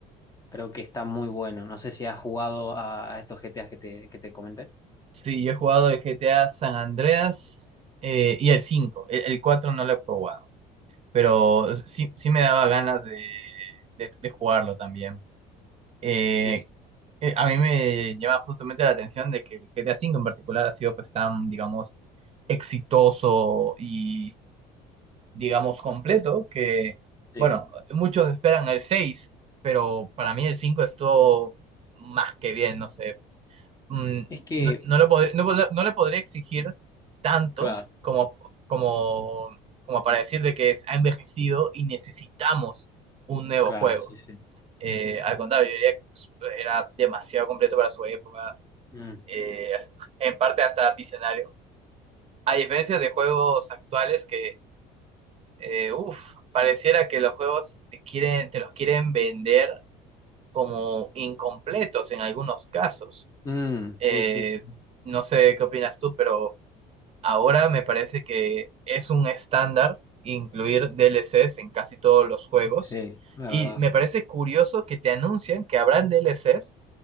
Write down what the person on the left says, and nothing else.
Creo que está muy bueno. No sé si has jugado a, a estos GTAs que te, que te comenté.
Sí,
sí.
Es que,
claro,
claro,
sí, sí.
Mm,
mm, sí,
sí, sí,
sí, la
verdad.